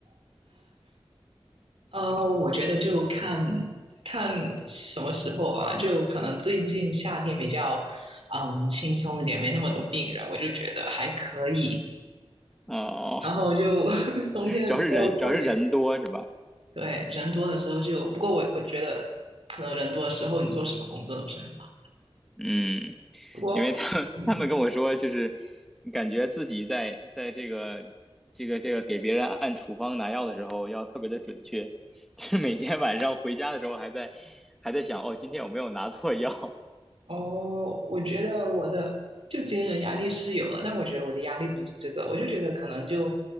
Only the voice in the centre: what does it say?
哦，
<laughs> 主要是人，主要是人多是吧？
嗯，
因为他们他们跟我说，
就是感觉自己在在这个这个这个给别人按处方拿药的时候要特别的准确，<laughs> 就是每天晚上回家的时候还在还在想，哦，今天有没有拿错药？